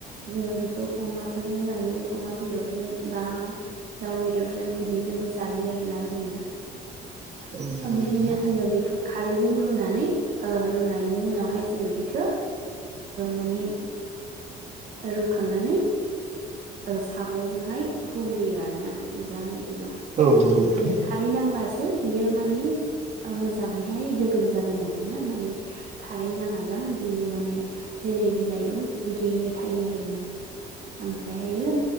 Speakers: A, on the right; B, on the right.
A: जोङो बेखौ अमाफोरजों जायो अमा बेदरजों बा दाउ बेदरजों बिदिजों जायो आरोना जोङो
B: औ नंगौ
A: थ' बिदिनो
B: नोंथां
A: जोङो बेखौ खारैजों रुनानै ओ रुनायनि उनावहाय जोङो बेखौ माने रुखांनानै सागंजोंहाय हुग्लियो आरो ना मोजाङै जेन'
B: औ नंगौ नोंथां
A: माने खारै नांबासो बेयो माने मोजाङैहाय दोगोन जागोन आरो ना माने खारै नाङाबा बियो माने जेरै बिलाइ दं बिदियैनो थायो आरोना। ओमफ्रायहायो